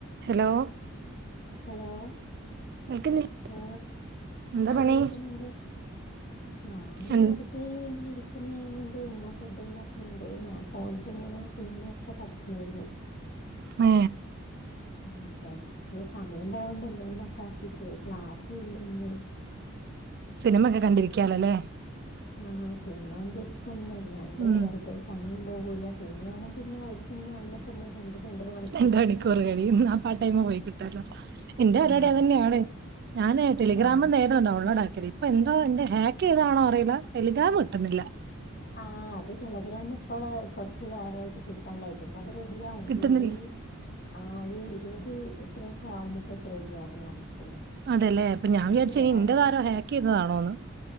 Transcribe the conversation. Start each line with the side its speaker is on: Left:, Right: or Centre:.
Right: ഹേലോ
Left: hello
Right: കേൾക്കുന്നില്ല
Left: ഓ
Right: എന്താ
Left: ആ
Right: പണി
Left: കേൾക്ക്ന്ന്ണ്ട് ഞാന്
Right: എൻ-
Left: വെറുതെ ഇ ഇങ്ങനെ ഇരിക്കുന്നായ കൊണ്ട് ഉമ്മ ഫുഡ് ഉണ്ടാക്കുന്നുണ്ട് ഞാൻ ഫോണിലിങ്ങനെ സിനിമ ഒക്കെ തപ്പുന്നതായിരുന്നു
Right: ഏ
Left: ആ വെറുതെ ഇ സമയം പോകണ്ടെ എന്തെങ്കിലോക്കെ ആക്കിട്ട് ക്ലാസ്സും ഇല്ലന്ന്
Right: സിനിമക്കോ കണ്ടിരിക്കാലോ ല്ലേ
Left: ആഹ് സിനിമണ്ടിരിക്കന്നെ അല്ലാണ്ട്
Right: ഉം
Left: വെർതേ സമയം പോകൂല്ല സിനിമ ആകുമ്പോ പി ന്നെ ഒരു സിനിമ കാണുമ്പോതന്നെ തന്നെ രണ്ട് രണ്ടര മണി
Right: രണ്ട് മണിക്കൂറ് കഴിയും ന്നാപ്പോ ആ ടൈമ് പോയി കിട്ടോല്ലോ ഇന്റെ പരിപാടി
Left: ഉം
Right: അതന്നെണ് ഞാന് ടെലിഗ്രാമ്ന്ന്
Left: ആഹ്
Right: നേരാണ്ട് ഡൗൺലോഡ് ആക്കല് പ്പൊ എന്തോ ഇന്റെ ഹാക്ക് എയ്താണോ അറില്ല ടെലിഗ്രാം കിട്ടുന്നില്ല
Left: ആ അത് ടെലഗ്രാം ഇപ്പോള് കോറച്ച് കാലായിട്ട് കിട്ടു ട്ടാണ്ടായിട്ട്ണ്ട് അത് റെഡി ആവും
Right: കിട്ടുന്നില്ല
Left: ജൂലൈ ആ ഒരു ഇരുപത് ഇത്രക്കെ ആവുമ്പോത്തേക്കും റെഡിയാവും ന്ന് പറഞ്ഞിട്ടുണ്ട്
Right: അതെല്ലേ അപ്പൊ ഞാൻ
Left: അത്
Right: വിചാരിച്ച്ഇനി ഇന്റെ
Left: അത്
Right: താരം ഹാക്ക് ചെയതാണോന്ന്